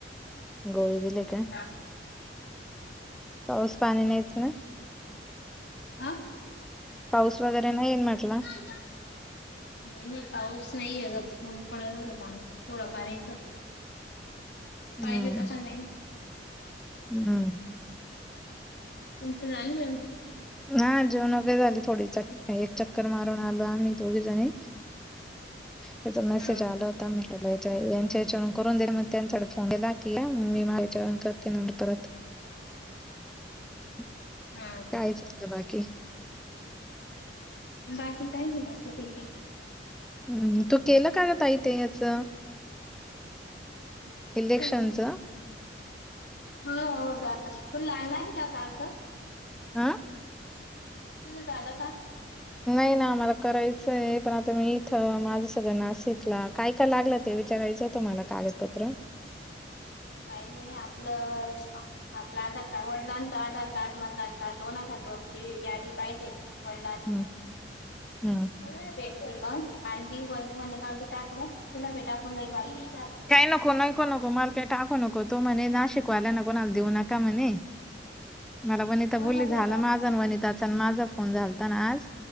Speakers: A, in the centre; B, on the left.
A: गोळी दिली का?
B: हा?
A: पाऊस पाणी नाइचं ना?
B: आह
A: पाऊस वगैरे नाहीये न म्हटलं.
B: <unintelligible> नाही -नाही पाऊस नाहीये, उच-ऊन पडत होत थोड फार इथं.
A: हम्म
B: पाहिजे तसा नाही
A: <inaudible> हम्म
B: तुमचं झालं जेवण?
A: ना, जेवूण वगैरे झाली थोडी च- एक चक्कर मारून आलो आम्ही दोघी जणी. त्याचा मेसेज
B: हम्म
A: आल हो थांब म्हटलं याच्या- यांच्या हेचावरून करून दे, मग त्यांच्याकडे फोनला दिला, की मग मी माझ्यावरून करते नंतर परत. <inaudible>
B: हा हा
A: काय चाललं बाकी?
B: बाकी काय नाही, मस्तपैकी.
A: हम्म, तू केलं का ग ताई ते हेच? इलेक्शनच.
B: कशाच हो- हो का फुन लागणाराय का काल पण <unintelligible>
A: आ?
B: तुझ झालं का?
A: नाही ना आम्हाला करायचंय, पण आता मी इथं माझं सगळं नाशिकला काय -काय लागलं ते विचारायचं होत मला कागदपत्र.
B: काय नाही आपलं आपलं आधारकार्ड, वडिलांचा आधारकार्ड, मतदारसाल दोनहजार दोनची यादी पाहिजे. वडाला
A: <unintelligible> हम्म
B: तु भेटली मग आणि ती म्हने आम्ही टाकलं तुला बी टाकून <unintelligible>
A: काय नको -नको -नको मला काय टाकू नको तो म्हणे नाशिक वाल्यान कोणाला देऊ नका म्हणे. मला वनिता
B: कोण
A: बोलली,
B: म्हटलं
A: झाला माझा वनिताचा माझा फोन झालता ना आज.